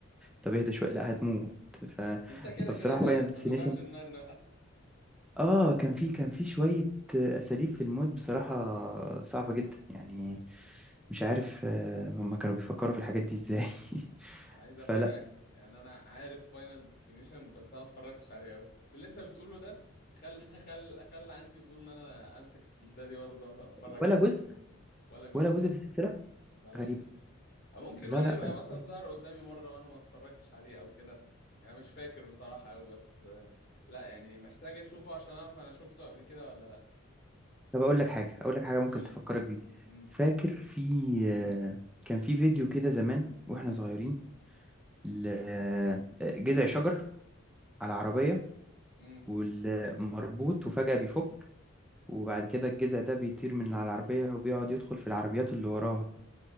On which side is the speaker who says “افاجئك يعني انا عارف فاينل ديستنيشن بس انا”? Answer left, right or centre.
Left